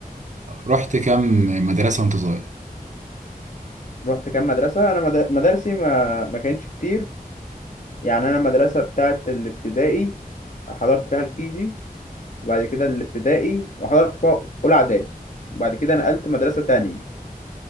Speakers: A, on the right; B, on the left.
A: رحت كام مدرسة وانت صغير
B: رحت كام مدرسة أنا مد- مدارسي ما ما كانتش كتير يعني أنا المدرسة بتاعت الابتدائي حضرت فيها الكيجي وبعد كده الابتدائي وحضرت فيها أولى إعدادي وبعد كده نقلت مدرسة تانية